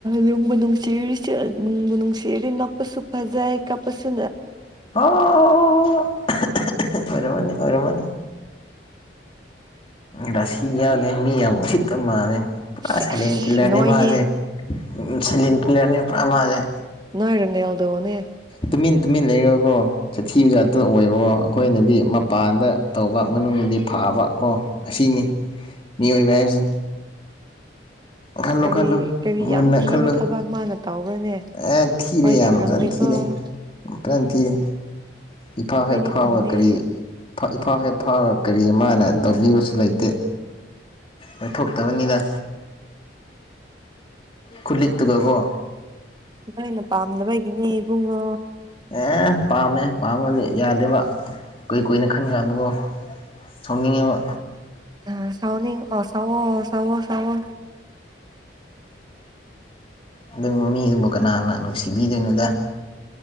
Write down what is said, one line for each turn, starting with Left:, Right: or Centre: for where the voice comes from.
Right: ꯅꯨꯡꯕꯨ ꯅꯨꯡꯁꯤꯔꯤꯁꯤ ꯅꯨꯡꯕꯨ ꯅꯨꯡꯁꯤꯔꯤ ꯅꯣꯛꯄꯁꯨ ꯐꯖꯩ ꯀꯥꯞꯄꯁꯨ
Left: ꯍ‌ꯣ ꯑꯣꯏꯔꯝꯃꯅꯤ ꯑꯣꯏꯔꯝꯃꯅꯤ ꯔꯁꯤ ꯌꯥꯎꯅꯤꯦ ꯃꯤ ꯌꯥꯝ ꯎꯁꯤꯠꯀ ꯃꯥꯜꯂꯦ ꯄꯨꯔꯥ
Right: ꯁꯦꯁ
Left: ꯁꯩꯂꯦꯟ ꯀꯤꯂꯔꯅꯦ
Right: ꯅꯣꯏꯅꯦ
Left: ꯃꯥꯁꯦ ꯎꯝ ꯁꯥꯏꯂ‌ꯦꯟ ꯀꯤꯂꯔꯅꯤ ꯄꯨꯔ ꯃꯥꯁ‌ꯦ
Right: ꯅꯣꯏ ꯔ‌ꯦꯅꯥꯜꯗ‌ꯣꯅ‌ꯦ
Left: ꯇꯨꯃꯤꯟ ꯇꯨꯃꯤꯟ ꯂꯩꯔꯒꯣ ꯆꯊꯤꯕ ꯖꯥꯇ ꯑꯣꯏꯕꯣ ꯑꯩꯈꯣꯏꯅꯗꯤ ꯃꯄꯥꯟꯗ ꯇꯧꯕ ꯃꯅꯨꯡꯗꯗꯤ ꯐꯥꯕ ꯀꯣ ꯑꯁꯤꯅꯤ ꯃꯤꯑꯣꯏꯕ ꯍꯥꯏꯕꯁꯤ ꯈꯜꯂꯨ
Right: ꯀꯔꯤ
Left: ꯈꯜꯂꯨ
Right: ꯀꯔꯤ ꯌꯥꯝ
Left: ꯃꯅ
Right: ꯊꯤꯕ
Left: ꯈꯜꯂꯨ
Right: ꯊꯕꯛ ꯃꯥꯅ ꯇꯧꯕ꯭ꯔꯅꯦ
Left: ꯑꯦ ꯊꯤ
Right: ꯈꯣꯏꯗꯤ
Left: ꯂꯩ ꯌꯥꯝꯖꯅ
Right: ꯈꯪꯗꯦꯀꯣ
Left: ꯊꯤ ꯀꯤꯔꯦ ꯐꯖꯅ ꯊꯤꯔꯦ ꯏꯐꯥꯎ
Right: ꯈꯣꯏꯗꯤ
Left: ꯍ ꯐꯥꯎꯕ
Right: ꯈꯪꯗꯦ
Left: ꯀꯔꯤ ꯏꯐꯥꯎ ꯍꯦꯛ ꯐꯥꯎꯔꯒ ꯀꯔꯤ ꯃꯥꯅ ꯇꯧꯕꯤꯕꯁꯨ ꯂꯩꯇꯦ ꯂꯣꯏꯊꯣꯛꯇꯕꯅꯤꯅ ꯈꯜꯂꯤ ꯇꯒꯀꯣ
Right: ꯅꯣꯏꯅ ꯄꯥꯝꯅꯕꯒꯤꯅꯦ ꯏꯕꯨꯡꯉꯣ
Left: ꯑꯦ ꯄꯥꯝꯃꯦ ꯄꯥꯝꯃꯗꯤ ꯌꯥꯗꯦꯕ ꯀꯨꯏ ꯀꯨꯏꯅ ꯈꯟꯕ ꯀꯥꯟꯗꯀꯣ ꯁꯥꯎꯅꯤꯡꯉꯦꯕ
Right: ꯑ ꯁꯥꯎꯅꯤ ꯑ ꯁꯋꯣ ꯁꯋꯣ ꯁꯋꯣ
Left: ꯑꯗꯨ ꯃꯤꯗꯨꯕꯨ ꯀꯅꯥꯅ ꯅꯨꯡꯁꯤꯕꯤꯗꯣꯏꯅꯣꯗ